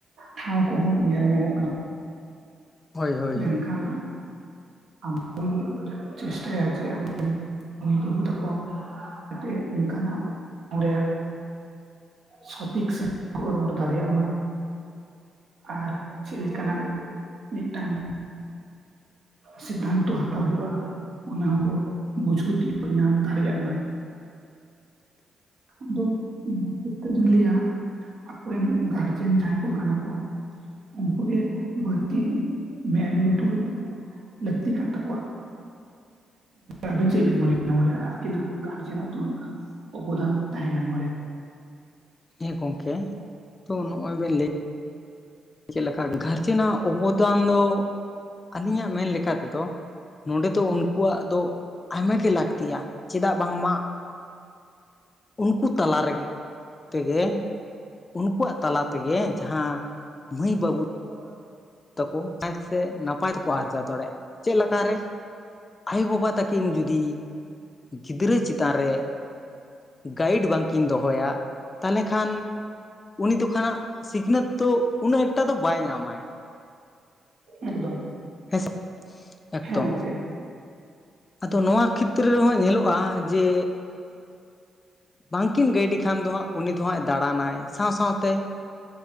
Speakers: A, on the right; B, on the left.
A: ᱴᱷᱟᱶ ᱠᱚᱦᱚᱸ ᱧᱮᱞ ᱧᱟᱢᱚᱜ ᱠᱟᱱ
B: ᱦᱳᱭ ᱦᱳᱭ
A: ᱢᱮᱱ
B: ᱦᱳᱭ
A: ᱠᱷᱟᱱ ᱟᱵᱚ ᱵᱚᱱ ᱪᱮᱥᱴᱟᱭᱟ ᱡᱮ ᱟᱵᱚ ᱨᱮᱱ ᱢᱟᱹᱭ ᱵᱟᱹᱵᱩ ᱛᱟᱠᱚ ᱡᱟᱛᱮ ᱚᱱᱠᱟᱱᱟᱜ ᱨᱚᱲᱮᱭᱟ ᱥᱚᱴᱷᱤᱠ ᱥᱟᱦᱤᱡ ᱠᱚ ᱨᱚᱲ ᱫᱟᱲᱮᱭᱟᱜ ᱢᱟ᱾ ᱟᱨ ᱪᱮᱫ ᱞᱮᱠᱟᱱᱟᱜ ᱢᱤᱫᱴᱟᱝ
B: <inaudible>
A: ᱥᱤᱫᱽᱫᱷᱟᱱᱛᱚ ᱦᱟᱛᱟᱣ ᱦᱩᱭᱩᱜᱼᱟ, ᱚᱱᱟ ᱦᱚᱸᱠᱚ ᱩᱴᱷᱟᱹᱣ ᱛᱤᱭᱚᱜ ᱧᱟᱢ ᱫᱟᱲᱮᱭᱟ-ᱜ ᱢᱟ᱾ ᱟᱫᱚ ᱚᱱᱟ ᱦᱤᱥᱟᱹᱵ ᱛᱮ ᱫᱩᱧ ᱞᱟᱹᱭᱟ ᱟᱠᱚᱨᱮᱱ ᱜᱟᱨᱡᱮᱱ ᱡᱟᱦᱟᱸᱭ ᱠᱚ ᱠᱟᱱᱟ ᱠᱚ ᱩᱱᱠᱩᱜ ᱜᱮ ᱵᱟᱹᱲᱛᱤ ᱢᱮᱫ ᱞᱩᱛᱩᱨ ᱞᱟᱹᱠᱛᱤ ᱠᱟᱱ ᱛᱟᱠᱚᱣᱟ᱾ ᱟᱹᱵᱤᱱ ᱪᱮᱜ ᱵᱤᱱ ᱢᱚᱱᱮᱭᱟ ᱱᱚᱨᱮ ᱟᱹᱠᱤᱱᱟᱜ ᱜᱟᱨᱡᱮᱱᱟᱜ ᱛᱚᱱᱟᱹᱜ ᱜᱟᱱ ᱚᱵᱚᱫᱟᱱ ᱛᱟᱦᱮᱱᱟ ᱱᱚᱣᱟ ᱨᱮ?
B: ᱦᱮᱸ ᱜᱚᱝᱠᱮ, ᱛᱚ ᱱᱚᱜᱼᱚᱭ ᱵᱮᱱ ᱞᱟᱹᱭ ᱪᱮᱫ ᱞᱮᱠᱟ ᱜᱷᱟᱨᱡᱮ ᱱᱟᱜ ᱚᱵᱚᱫᱟᱱ ᱫᱚ, ᱟᱹᱞᱤᱧᱟᱜ ᱢᱮᱱ ᱞᱮᱠᱟ ᱛᱮᱫᱚ, ᱱᱚᱰᱮ ᱫᱚ ᱩᱱᱠᱩᱣᱟᱜ ᱫᱚ ᱟᱭᱢᱟ ᱜᱮ ᱞᱟᱹᱠᱛᱤᱭᱟ ᱾ᱪᱮᱫᱟᱜ ᱵᱟᱝᱢᱟ ᱩᱱᱠᱩ ᱛᱟᱞᱟ ᱨᱮᱜᱮ ᱛᱮᱜᱮ ᱩᱱᱠᱩᱣᱟᱜ ᱛᱟᱞᱟ ᱛᱮᱜᱮ ᱡᱟᱦᱟᱸ ᱢᱟᱹᱭ ᱵᱟᱹᱵᱩ
A: <inaudible>
B: ᱛᱟᱠᱚ ᱥᱮ ᱱᱟᱯᱟᱭ ᱛᱮᱠᱚ ᱟᱨᱡᱟᱣ ᱫᱟᱲᱮᱭᱟᱜᱼᱟ, ᱪᱮᱫ ᱞᱮᱠᱟ ᱨᱮ? ᱟᱭᱳᱵᱟᱵᱟ ᱛᱟᱹᱠᱤᱱ ᱡᱩᱫᱤ ᱜᱤᱫᱽᱨᱟᱹ ᱪᱮᱛᱟᱱ ᱨᱮ ᱜᱟᱭᱤᱰ ᱵᱟᱝᱠᱤᱱ ᱫᱚᱦᱚᱭᱟ ᱛᱟᱦᱚᱞᱮ ᱠᱷᱟᱱ, ᱩᱱᱤ ᱫᱚ ᱠᱷᱟ ᱥᱤᱠᱷᱱᱟᱹᱛ ᱫᱚ ᱩᱱᱟᱹᱜ ᱮᱠᱴᱟ ᱫᱚ ᱵᱟᱭ ᱧᱟᱢᱟᱭ᱾
A: ᱮᱠᱫᱚᱢ᱾
B: ᱦᱮ ᱥᱮ ᱮᱠᱫᱚᱢ
A: ᱦᱮᱸ ᱜᱚᱢᱠᱮ
B: ᱟᱫᱚ ᱱᱚᱣᱟ ᱠᱷᱮᱛᱨᱮ ᱨᱮᱦᱚ ᱧᱮᱞᱚᱜᱼᱟ ᱡᱮ ᱵᱟᱝᱠᱤᱱ ᱜᱟᱭᱤᱰ ᱠᱷᱟᱱ ᱫᱚ ᱦᱟᱸᱜ ᱩᱱᱤ ᱫᱚᱦᱟᱸᱜ ᱫᱟᱬᱟᱱᱟᱭ ᱥᱟᱶᱟ ᱥᱟᱶᱟᱛᱮ